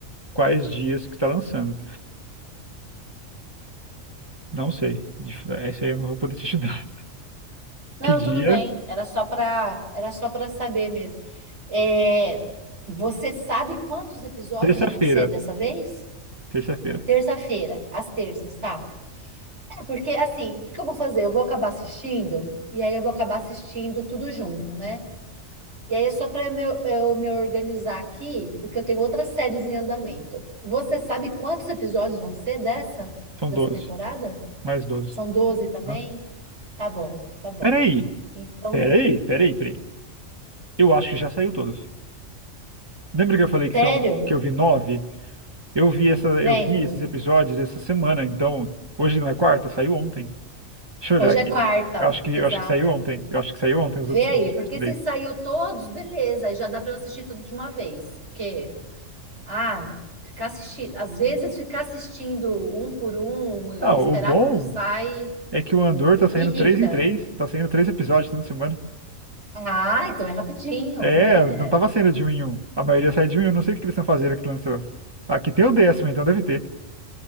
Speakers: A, on the right; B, on the right.
A: quais dias que está lançando. Não sei. De- Essa aí eu não vou poder te ajudar. <laughs>
B: Não,
A: Que dia?
B: tudo bem. Era só para, era só para saber mesmo. É, você sabe quantos episódios
A: Terça-feira.
B: vão ser dessa vez?
A: Terça-feira.
B: Terça-feira, às terças, tá? É, porque assim, o que que eu vou fazer? Eu vou acabar assistindo e aí eu vou acabar assistindo tudo junto, né? E aí é só para eu, me- eu me organizar aqui, porque eu tenho outras séries em andamento. Você sabe quantos episódios vão ser dessa
A: São
B: dessa
A: 12.
B: temporada?
A: Mais 12.
B: São 12 também?
A: Aham.
B: Tá bom, tá bom.
A: Peraí,
B: Então,
A: peraí, peraí, peraí. Eu acho que já saiu todos. Lembra que eu falei que
B: Sério?
A: são que eu vi nove? Eu vi essa,
B: Lembro.
A: eu vi esses episódios essa semana, então hoje não é quarta, saiu ontem. Deixa eu
B: Hoje
A: olhar aqui.
B: é quarta,
A: Eu
B: ó.
A: acho que
B: Exato.
A: eu acho que saiu ontem.
B: V-
A: Eu acho que saiu ontem
B: Vê
A: os outros
B: aí,
A: os últimos
B: porque
A: três.
B: se saiu todos, beleza, aí já dá para eu assistir tudo de uma vez. Porque, ah, ficar assistindo, às vezes ficar assistindo um por um, eu
A: Ah,
B: esperar
A: o bom
B: quando sai,
A: é que o Andor tá saindo
B: me irrita.
A: três em três, tá saindo três episódios toda semana.
B: Ah, então é rapidinho,
A: É,
B: é.
A: não tava saindo de um em um. A maioria sai de um em um. Não sei o que eles estão fazendo que lançou. Aqui tem o décimo, então deve ter.